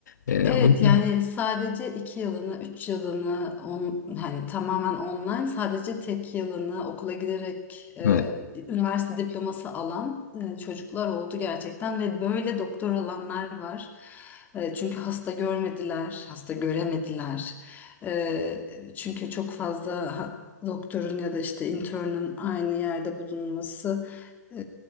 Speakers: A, on the left; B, on the left.
A: E,
B: Evet
A: o yüzden
B: yani sadece iki yılını, üç yılını on, hani tamamen online sadece tek yılını okula giderek e,
A: evet,
B: üniversite diploması alan e, çocuklar oldu gerçekten ve böyle doktor alanlar var. E, çünkü hasta görmediler, hasta göremediler. E, çünkü çok fazla ha- doktorun ya da işte internün aynı yerde bulunması e,